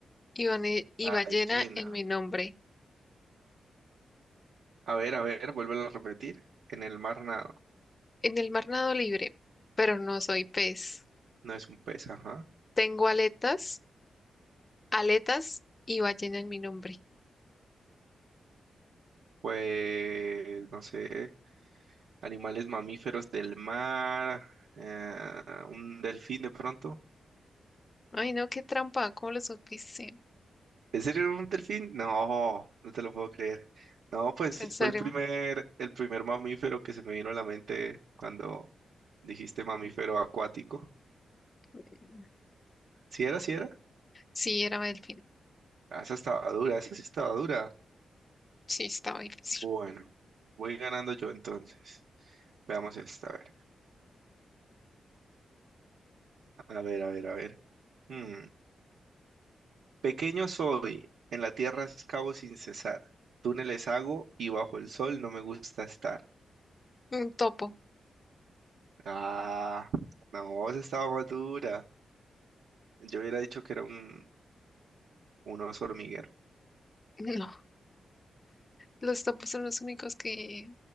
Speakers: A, on the left; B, on the right.
A: Y, bane- y
B: Ballena.
A: ballena en mi nombre.
B: A ver, a ver, vuélvelo a repetir. En el mar nado,
A: En el mar nado libre, pero no soy pez.
B: no es un pez, ajá.
A: Tengo aletas, aletas y ballena en mi nombre.
B: Pues, no sé, animales mamíferos del mar, eh, un delfín de pronto.
A: Ay, no, qué trampa, ¿cómo lo supiste?
B: ¿En serio era un delfín? No, no te lo puedo creer. No, pues
A: ¿Es ¿En serio?
B: fue el primer, el primer mamífero que se me vino a la mente cuando dijiste mamífero acuático.
A: No.
B: ¿Sí era, sí era?
A: no, Sí, era delfín.
B: Ah, esa estaba dura, esa sí estaba dura.
A: Sí, estaba difícil.
B: Bueno, voy ganando yo entonces. Veamos esta, a ver. A ver, a ver, a ver. Hmm. Pequeño soy, en la tierra excavo sin cesar. Túneles hago y bajo el sol no me gusta estar.
A: Un topo.
B: Ah, no, esa estaba más dura. Yo hubiera dicho que era un, un oso hormiguero.
A: <laughs> No, los topos son los únicos que